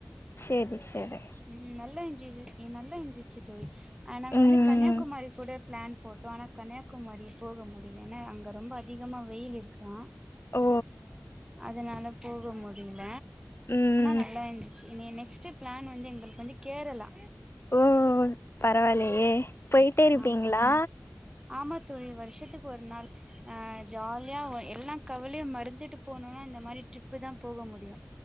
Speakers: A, on the left (about 60°); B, on the right (about 15°).
A: சேரி சேரி
B: ம் நல்லா இஞ்சிது நல்லா இந்துச்சி தோழி அ நாங்க
A: ம்
B: வந்து கன்னியாகுமாரி கூட பிளான் போட்டோ ஆனா கன்னியாகுமாரி போக முடில என்னா அங்க ரொம்ப அதி அதிகமா வெயில் இருக்கா
A: ஓ
B: அதனால போக முடில
A: ம் ம்
B: நல்லா இந்துச்சி இனி நெஸ்ட்டு பிளான் வந்து எங்களுக்கு வந்து கேரளா
A: ஓ ஓ பரவால்லியே போயிட்டே இருப்பீங்ளா
B: ஆமா ஆமா தோழி வருஷத்துக்கு ஒரு நாள் அ ஜாலியா எல்லா கவலையு மறுத்துட்டு போனுன்னா இந்த மாரி ட்ரிப்பு தா போக முடியு